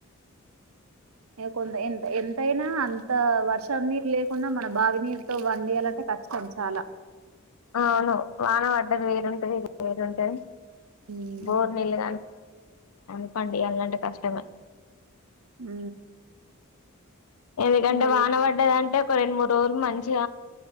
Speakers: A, on the right; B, on the left.
A: ఆ కొంత ఎంత ఎంతయిన అంత వర్షం <unintelligible> ఉన్న మన బావి నీరుతో <unintelligible> డియ్యాలంటే కష్టం చాలా
B: అవును వాన వడ్డది వేరుంటది ఇది వేరుంటుది
A: ఉమ్
B: బోర్ నీళ్ళు కాని <unintelligible> అల్లాంటే కష్టమే
A: ఉ
B: ఎందుకంటే
A: మరి
B: వాన పడ్డదంటే ఒక రెండు మూడు రోజులు మంచిగ